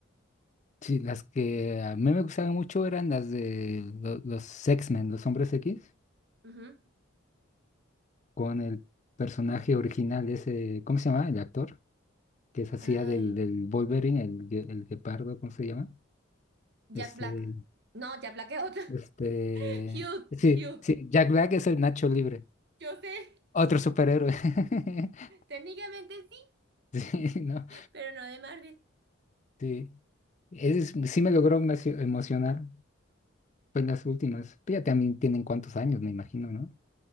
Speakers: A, on the left; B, on the right.
A: Sí, las que a mí me gustaban mucho eran las de lo- los X-Men, los Hombres X,
B: Ujú.
A: con el personaje original, ese... ¿Cómo se llama el actor? que se hacía
B: Ay,
A: del, del Wolverine, el, gue- el guepardo, ¿cómo se llama?
B: Jack
A: Este,
B: Black. No, Jack Black es otro.
A: este,
B: <laughs> Hugh,
A: sí,
B: Hugh.
A: sí, Jack Black es el Nacho Libre,
B: Yo sé,
A: otro superhéroe. <laughs>
B: técnicamente sí,
A: Sí, no,
B: pero no de Marvel.
A: sí, es, sí me logró emocio- emocionar, fue en las últimas, pero ya también tienen cuántos años, me imagino, ¿no?